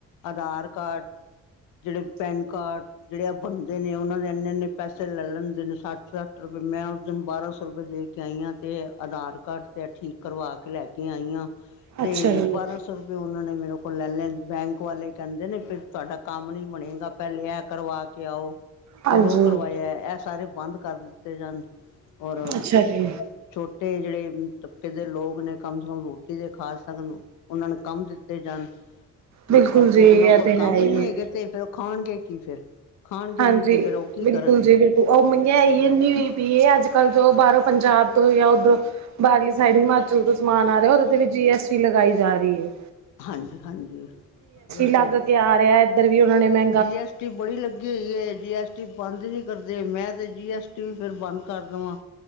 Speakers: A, on the left (about 85°); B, on the right (about 65°).
A: ਆਧਾਰ ਕਾਰਡ। ਜਿਹੜੇ ਪੈਨ ਕਾਰਡ। ਜਿਹੜੇ ਆ ਬਣਦੇ ਨੇ ਉਹਨਾਂ ਦੇ ਇੰਨੇ ਇੰਨੇ ਪੈਸੇ ਲੈ ਲੈਂਦੇ ਨੇ ਸੱਠ ਸੱਠ ਰੁਪਏ ਮੈਂ ਉਸ ਦਿਨ ਬਾਰਾਂ ਸੌ ਰੁਪਏ ਦੇ ਕੇ। ਆਈਆਂ ਤੇ ਆਧਾਰ ਕਾਰਡ ਤੇ ਠੀਕ ਕਰਵਾ ਕੇ ਲੈ ਕੇ ਆਈਆਂ ਤੇ।
B: ਅੱਛਾ ਜੀ
A: ਬਾਰਾਂ ਸੌ ਰੁਪਏ ਉਹਨਾਂ ਨੇ ਮੇਰੇ ਕੋਲ ਲੈ ਲਏ। ਬੈਂਕ ਵਾਲੇ ਕਹਿੰਦੇ ਨੇ ਫਿਰ ਤੁਹਾਡਾ ਕੰਮ ਨੀ ਬਣੇਗਾ। ਪਹਿਲੇ ਇਹ ਕਰਵਾ ਕਿ ਆਓ।
B: ਹਾਂਜੀ
A: ਫਿਰ ਉਹ ਕਰਵਾਇਆ ਇਹ ਸਾਰੇ ਬੰਦ ਕਰ ਦਿੱਤੇ ਜਾਣ ਔਰ।
B: ਅੱਛਾ ਜੀ
A: ਛੋਟੇ ਜਿਹੜੇ ਤਬਕੇ ਦੇ ਲੋਕ ਨੇ ਕਮ ਸੇ ਕਮ ਰੋਟੀ ਦੇ ਖਾ ਸਕਣ। ਉਹਨਾਂ ਨੂੰ ਕੰਮ ਦਿੱਤੇ ਜਾਣ ਲੋਕਾਂ
B: ਬਿਲਕੁਲ ਜੀ
A: ਉਹਨਾਂ
B: ਇਹ
A: ਕੋਲ
B: ਤੇ
A: ਕੰਮ
B: ਹੈ
A: ਹੀ ਨਹੀਂ
B: ਹੈ
A: ਹੈਗੇ ਤੇ ਫਿਰ। ਖਾਣਗੇ ਕੀ ਫਿਰ ਖਾਣਗੇ
B: ਹਾਂਜੀ
A: ਨੀ ਤੇ ਫੇਰ ਉਹ ਕੀ
B: ਬਿਲਕੁਲ
A: ਕਰਨਗੇ।
B: ਜੀ ਬਿਲਕੁਲ ਉਹ ਇੰਨੀ ਹੋਈ ਪਈ ਇਹ ਅੱਜ ਕੱਲ ਜੋ ਬਾਹਰੋਂ ਪੰਜਾਬ ਤੋਂ ਜਾ ਉੱਧਰੋਂ ਬਾਹਰਲੀ ਸਾਈਡ ਹਿਮਾ। ਜਦ ਸਮਾਨ ਆ ਰਿਹਾ ਉਹਦੇ ਤੇ ਵੀ ਜੀ ਐਸ ਟੀ ਲਗਾਈ ਜਾ ਰਹੀ ਏ।
A: ਹਾਂਜੀ ਹਾਂਜੀ ਇਹ ਸਿਰਫ
B: ਲੱਗ ਕੇ ਆ ਰਿਹਾ ਇੱਧਰ ਵੀ ਉਹਨਾਂ ਨੇ ਮੈਂ
A: ਜੀ ਐਸ ਟੀ ਬੜੀ ਲੱਗੀ ਹੋਈ ਏ ਜੀ ਐਸ ਬੰਦ ਨੀ ਕਰਦੇ ਮੈਂ ਤੇ ਜੀ ਐਸ ਟੀ ਵੀ ਫਰ ਬੰਦ ਕਰ ਦਵਾਂ